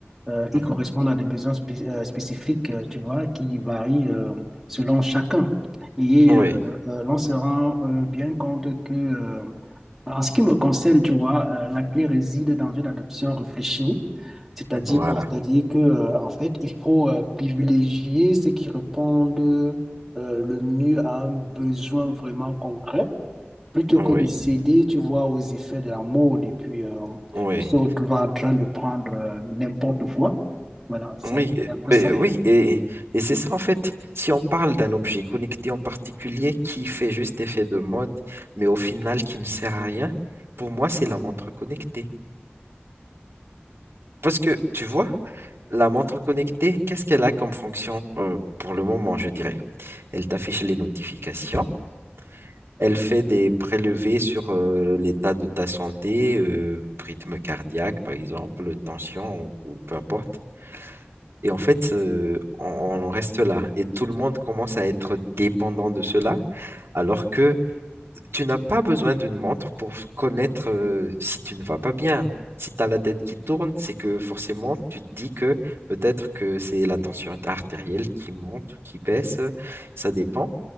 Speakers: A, in the centre; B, on the right.
A: Euh, ils
B: mhm,
A: correspondent à des besoins spé- euh, spécifiques, euh, tu vois, qui varient euh, selon chacun. Et
B: oui,
A: euh, euh, l'on se rend euh, bien compte que, euh, en ce qui me concerne, tu vois, euh, la clé réside dans une adoption réfléchie. C'est-à-dire
B: voilà.
A: quoi? C'est-à-dire que, euh, en fait, il faut euh, privilégier ceux qui répondent euh, le mieux à un besoin vraiment concret Plutôt
B: Oui,
A: que de céder, tu vois, aux effets de la mode et puis euh,
B: oui,
A: de se retrouver en train de prendre euh, n'importe quoi. Voilà, c'est
B: oui, euh,
A: c'est un peu
B: oui,
A: ça.
B: oui, et, et c'est ça en fait. Si on parle d'un objet connecté en particulier qui fait juste effet de mode, mais au final qui ne sert à rien, pour moi, c'est la montre connectée. Parce que tu vois, la montre connectée, qu'est-ce qu'elle a comme fonction euh, pour le moment, je dirais? Elle t'affiche les notifications, elle fait des prélevés sur euh, l'état de ta santé, euh, rythme cardiaque par exemple, tension ou, ou peu importe. Et en fait, euh, on, on en reste là. Et tout le monde commence à être dépendant de cela, alors que tu n'as pas besoin d'une montre pour connaître euh, si tu ne vas pas bien. Si tu as la tête qui tourne, c'est que forcément, tu te dis que peut-être que c'est la tension artérielle qui monte ou qui baisse, euh, ça dépend.